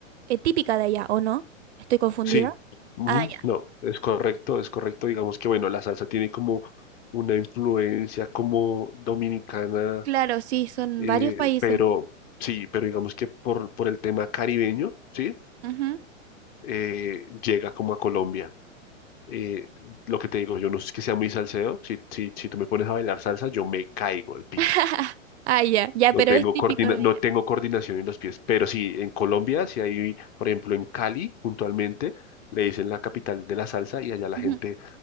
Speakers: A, on the right; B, on the left.
A: eh, típica de allá, ¿o no? Estoy confundida.
B: Sí. Ujú,
A: Ah, ya.
B: No, es correcto, es correcto. Digamos que bueno, la salsa tiene como una influencia como dominicana
A: Claro, sí, son
B: Eh,
A: varios países.
B: pero sí, pero digamos que por, por el tema caribeño, ¿sí?
A: Ujú.
B: Eh, llega como a Colombia. Eh, lo que te digo, yo no es que sea muy salseo. Si, si, si tú me pones a bailar salsa, yo me caigo al piso.
A: <laughs> Ah, ya. Ya,
B: No
A: pero
B: tengo
A: es típico
B: coordina-
A: de allá.
B: no tengo coordinación en los pies. Pero sí, en Colombia, si hay, por ejemplo, en Cali, puntualmente, le dicen la capital de la salsa y allá la
A: Ujú.
B: gente,